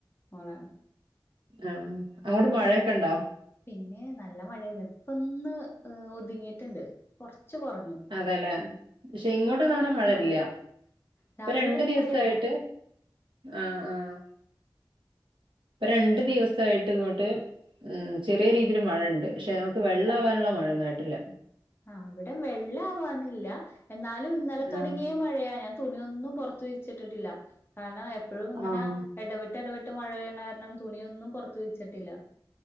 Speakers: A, on the left; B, on the right.
A: മോളാണ്.
B: ആഹ് അങ്ങോട്ട് മഴയൊക്കെ ഇണ്ടോ?
A: പിന്നെ നല്ല മഴയാന്ന് ഇപ്പന്ന് ഏഹ് ഒതുങ്ങിട്ണ്ട് കൊർച്ച് കൊർഞ്ഞു.
B: അതെല്ലേ പക്ഷെ ഇങ്ങോട്ട് സാനം മഴല്ല്യ.
A: മഴ
B: ഇപ്പ
A: രാവിലെ
B: രണ്ടു
A: തൊടങ്ങി
B: ദിവസായിട്ട്
A: മഴയാ
B: ആഹ് ആഹ്. ഇപ്പ രണ്ട് ദിവസായ്ട്ട് ഇങ്ങോട്ട് ഉം ചെറിയ രീതിയിൽ മഴയണ്ട് പക്ഷെ നമുക്ക് വെള്ള ആവാന്ള്ള മഴൊന്നും ആയിട്ടില്ല.
A: ആഹ് ഇവിടേം വെള്ള ആവാനില്ല എന്നാലും ഇന്നലെ തൊട്‌ങ്ങിയ
B: ആ
A: മഴയാ തുണിയൊന്നും പൊർത്തു വിരിച്ചിട്ടിട്ടില്ല കാരണം എപ്പഴും ഇങ്ങനെ
B: ആ
A: എടവിട്ട് എടവിട്ട് മഴ പെയ്യ്ന്ന കാരണം തുണിയൊന്നും പൊർത്ത് വെച്ചിട്ടില്ല.